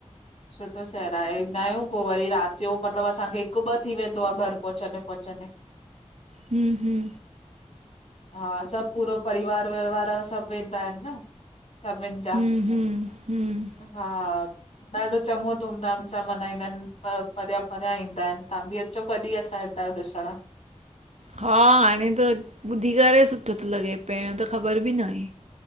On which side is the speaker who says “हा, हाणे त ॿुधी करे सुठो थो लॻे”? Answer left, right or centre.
Right